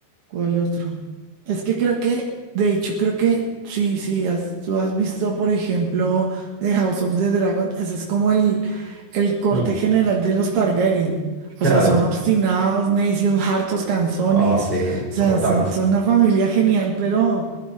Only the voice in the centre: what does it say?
Mm,
Claro.
Oh, sí.
Soportables.